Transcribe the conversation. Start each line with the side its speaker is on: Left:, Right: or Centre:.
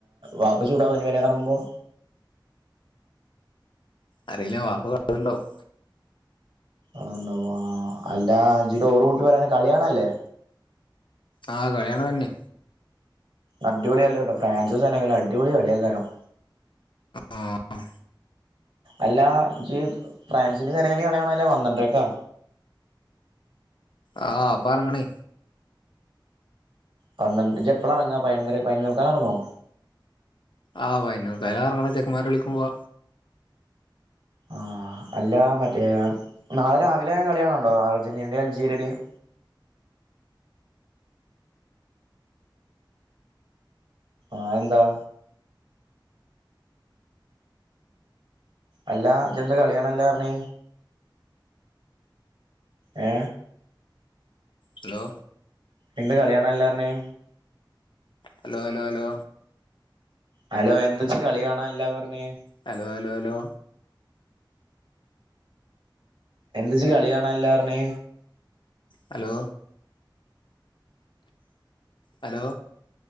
Right: വാപ്പ ചൂടാനി പേരേ ഇറങ്ങുമ്പോ
Left: അറിയില്ല വാപ്പ കണ്ടിണ്ടാവും
Right: ആണ്ടവോ അല്ല അഞ്ചിട്ട ഓറ് കൂട്ടി പോരാനെ കളിയാണനല്ലേ
Left: ആഹ് കളിയാണാൻ തന്നെ
Right: അടിപൊളി കളിയാട്ടോ ഫ്രാൻസ് സാനങ്കിലും അടിപൊളി കളിയാ കാരോം
Left: ആഹ്
Right: അല്ല ജീ ഫ്രാൻസിന്റെ ജനകലി കളിണനല്ലേ പന്ത്രണ്ടരക്കാ
Left: ആഹ് അപ്പ എറങ്ങണേ
Right: പന്ത്രണ്ട് ജ് എപ്പളാ എറങ്ങാ പതിനൊന്നര പതിനൊന്നേമുക്കാല് ഇറങ്ങോ
Left: ആഹ് പയിനൊന്നേ മുക്കാലറങ്ങണ ചെക്കന്മാര് വിളിക്കുമ്പോ
Right: ആഹ് അല്ല മറ്റേ നാളെ രാവിലെ കളിയാണ് ണ്ടോ അർജന്റീനയുടെയും അൽജീരിയയുടെയും ആയെന്താ അല്ലാ ജെന്താ കളികാണാല്ലാർഞ്ഞ് ഏ
Left: ഹലോ
Right: എന്താ കളിയാണാല്ലാർഞ്ഞ്
Left: ഹലോ ഹലോ ഹലോ
Right: ഹലോ എന്താച്ച് കളി കാണാല്ലാ പറഞ്ഞ്
Left: ഹലോ അലോ അലോ
Right: എന്തജ്ജ് കളിയാണാല്ലാർഞ്ഞ്
Left: ഹലോ ഹലോ